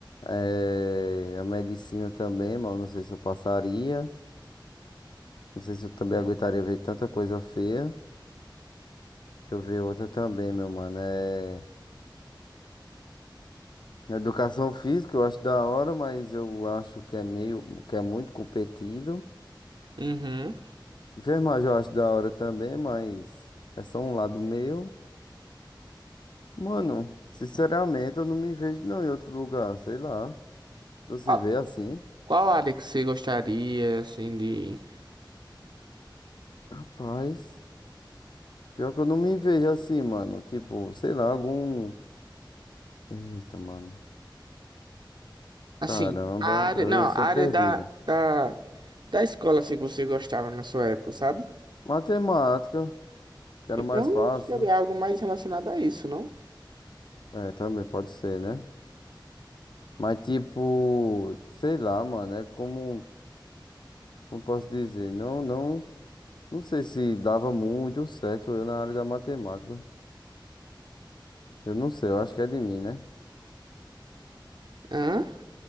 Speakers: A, on the left (about 65°); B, on the right (about 60°).
A: É, a medicina também, mas eu não sei se eu passaria. Não sei se eu também aguentaria ver tanta coisa feia. Deixa eu ver outra também, meu mano. É, Educação física eu acho da hora, mas eu acho que é meio, que é muito competido.
B: uhum.
A: Enfermagem eu acho da hora também, mas é só um lado meu. Mano, sinceramente eu não me vejo não em outro lugar, sei lá. Tu se
B: Qual,
A: vê assim?
B: qual área que você gostaria assim de
A: Rapaz, pior que eu não me vejo assim, mano. Tipo, sei lá, algum... Eita, mano.
B: assim,
A: Caramba,
B: a área,
A: eu
B: não,
A: sou
B: a área
A: perdido.
B: da, da da escola assim que você gostava na sua época, sabe?
A: Matemática, que era
B: Então
A: mais fácil.
B: seria algo mais relacionado a isso, não?
A: É, também pode ser, né? Mas tipo, sei lá, mano, é como, como posso dizer, não, não, não sei se dava muito certo eu na área da matemática. Eu não sei, eu acho que é de mim, né?
B: Hã?